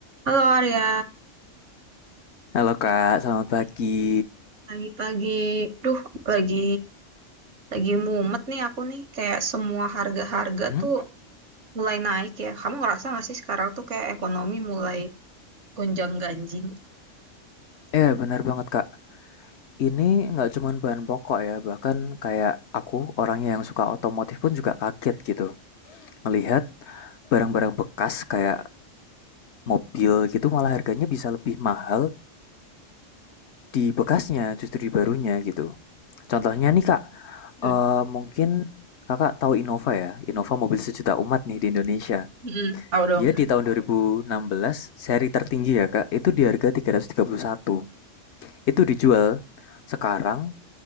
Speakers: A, on the right; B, on the left.
A: Halo Arya,
B: Halo Kak, selamat pagi.
A: pagi-pagi, duh lagi lagi mumet nih aku nih kayak semua harga-harga
B: Hmm?
A: tuh mulai naik ya. Kamu ngerasa gak sih sekarang tuh kayak ekonomi mulai gonjang-ganjing?
B: Eh, benar banget Kak. Ini nggak cuman bahan pokok ya, bahkan kayak aku orangnya yang suka otomotif pun juga kaget gitu. Melihat barang-barang bekas kayak mobil gitu malah harganya bisa lebih mahal di bekasnya justru di barunya gitu. Contohnya nih Kak,
A: Hmm,
B: eh, mungkin Kakak tahu Innova ya, Innova mobil sejuta umat nih di Indonesia.
A: mm-mm, tahu dong.
B: Dia di tahun dua ribu enam belas seri tertinggi ya Kak, itu di harga tiga tiga ratus tiga puluh satu Itu dijual sekarang